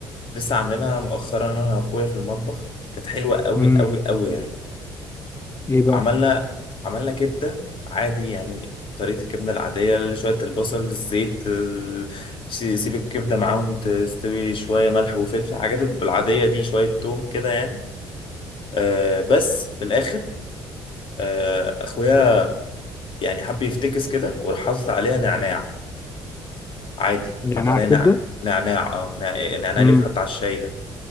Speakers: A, on the left; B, on the left.
A: لسه عاملينها مؤخرا أنا وأخويا في المطبخ كانت حلوة أوي
B: آه.
A: أوي أوي يعني
B: ايه بقى
A: عملنا عملنا كبدة عادي يعني طريقة الكبدة العادية اللي شوية البصل الزيت ال- سي- سيب الكبدة معاهم تستوي شوية ملح وفلفل الحاجات العادية دي شوية توم كده يعني آه بس في الاخر آه اخويا يعني حب يفتكس كده وراح حاطط عليها نعناع عادي
B: نعناع
A: حط عليها
B: كبده
A: نعناع نعناع اه نع- نعناع
B: امم
A: اللي بيتحط على الشاي ده